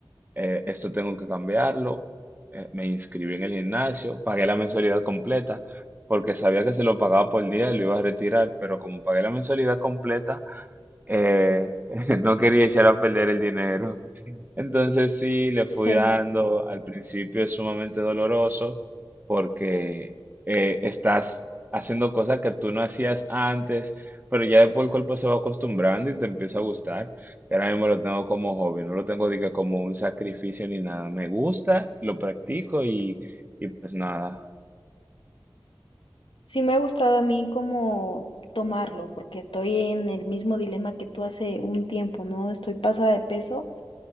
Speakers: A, on the right; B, on the left.
A: eh, esto tengo que cambiarlo. eh, me inscribí en el gimnasio, pagué la mensualidad completa, porque sabía que se lo pagaba por día y lo iba a retirar, pero como pagué la mensualidad completa, eh, <laughs> no quería echar a perder el dinero. Entonces sí, le
B: Sí,
A: fui dando, al principio es sumamente doloroso porque eh, estás haciendo cosas que tú no hacías antes, pero ya después el cuerpo se va acostumbrando y te empieza a gustar. Y ahora mismo lo tengo como hobby, no lo tengo diga, como un sacrificio ni nada. Me gusta, lo practico y, y pues nada.
B: Sí, me ha gustado a mí como tomarlo, porque estoy en el mismo dilema que tú hace un tiempo, ¿no? Estoy pasada de peso